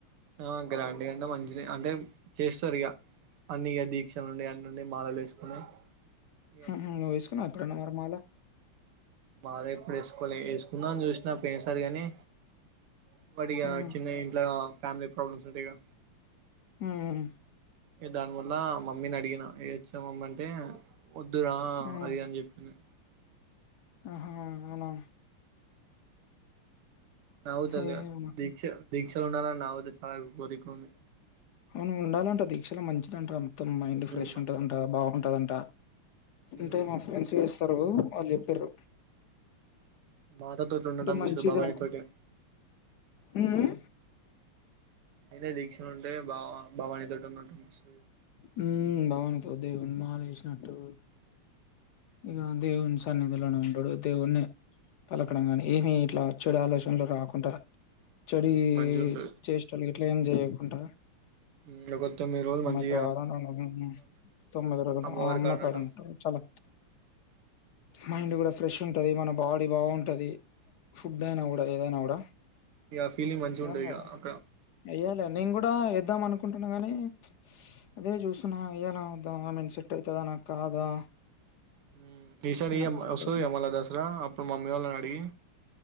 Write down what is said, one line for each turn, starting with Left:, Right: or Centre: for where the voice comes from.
Right: ఆ గ్రాండ్ గా కంటే మంచి అంటే చేస్తది ఇక అన్ని ఇక దీక్షలుండాయి అన్నిండి మాలలు వేసుకుని ఇక
Left: నువ్వు వేసుకున్నావ ఎప్పుడన్నా మరి మాల
Right: బాగ ఎప్పుడు వేసుకోవాలె వేసుకుందాం అని చూసినా పోయినసారి కాగాని ఉమ్మడిగా
Left: హ్మ్.
Right: చిన్న ఇంట్లో ఫ్యామిలీ ప్రోబ్లమ్స్ ఉంటయిగా
Left: ఉహ్
Right: ఏ దాన్ గొ నా మమ్మిని అడిగిన చెవ మంటే వద్దురా
Left: హ్మ్.
Right: అది అని చెప్పిను
Left: ఆహా అవున
Right: నావుదక
Left: ఏహేమో
Right: దీక్ష దీక్షలు ఉండాలని నా వతే చాలు బరికు ఉంది
Left: అవును ఉండాలంట దీక్షలొ మంచిది అంటారు మొత్తం మైండ్
Right: హ్మ్
Left: ఫ్రెష్ ఉంటుదంట బాగుంటుదంట
Right: హ్మ్
Left: అంటే మా ఫ్రెండ్స్ చేస్తారు వాళ్ చెప్పారు
Right: మాతొ తోటి ఉండడం
Left: మంచిదిరా
Right: బబాని తోటే
Left: హ్మ్.
Right: ఇదే దీక్షలు ఉంటే బావ భవానీ తొటున్నట్టుస <inaudible>
Left: మ్మ్ భవానీ తో దేవుని మాలేసినట్టు ఇగ దేవుని సన్నిధిలోనే ఉంటడు దేవున్నే పలకడం కానీ ఏమి ఇట్లా చెడు ఆలోచనలు రాకుంటా చెడి
Right: ఉమ్ మంచిగా ఉంటది
Left: చేష్టలు గ ట్లేం చెయ్యకుంట
Right: మ్ ఒక తొమ్మిది రోజులు మంచి
Left: <unintelligible> తొమ్మిది రోజులు
Right: అమ్మవారి
Left: ఆ అమ్మకాడుంటా
Right: కాడ ఉన్నట్టు
Left: చాలా మైండు కూడా ఫ్రెష్ ఉంటది మన బాడీ బావుంటది ఫుడ్ అయినా
Right: ఉమ్
Left: కూడా ఏదైనా కూడా
Right: ఇగ ఫీలింగ్ మంచిగా
Left: <unintelligible>
Right: ఉంటది ఇగ అక్కడ
Left: ఎయ్యాల నేను కూడా ఏద్దాం అనుకు కుంటున్నా గానీ అదే చూస్తున్న్ ఎయ్యాలా వద్దా ఐమీన్ సెట్ ఐతదా నాకు కాదా
Right: మ్మ్ ఈ సారి
Left: నాకు సెట్
Right: వస్తాదిగా
Left: అయితదా
Right: మళ్ళా దసరా అప్పుడు మామ్మీ వాళ్ళనడిగి